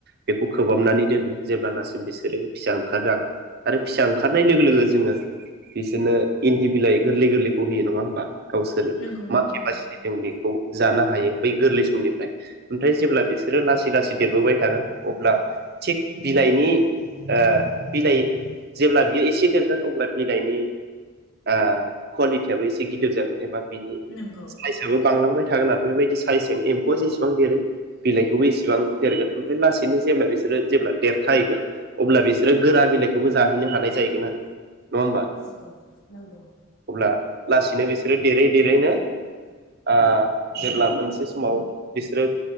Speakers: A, on the right; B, on the left.
A: बेखौ खोबहाबनानै दोनो जेब्लानासिम बिसोरो फिसा ओंखारा आरो फिसा ओंखारनाय लोगो लोगो जोङो बिसोरनो इन्दि बिलाइ गोरलै गोरलैखौ होयो नङा होमबा। गावसोरो
B: नंगौ
A: मा
B: नंगौ
A: केपासितिजों बेखौ जानो हायो बै गोरलै समनिफ्राय ओमफ्राय जेब्ला बिसोरो लासै लासै देरबोबाय थागोन अब्ला थिग बिलाइनि ओ बिलाइ जेब्ला बियो एसे देरगोन अब्ला बिलाइनि ओ कुवालिटियाबो एसे गिदिर जागोन एबा बिनि
B: नंगौ
A: साइसआबो बांलांबाय थागोन आरो बेबायदि साइसेजों एम्फौआ जेसेबां देरो बिलाइखौबो एसेबां देरगोन ओमफ्राय लासैनो जेब्ला बिसोरो जेब्ला देरथायाहैगोन अब्ला बिसोरो गोरा बिलाइखौबो जाहैनो हानाय जाहैगोन आरो नङा होमबा
B: नोंगौ नोंगौ
A: अब्ला लासैनो बिसोरो देरै देरैनो ओ जेब्ला मोनस बे समाव बिसोरो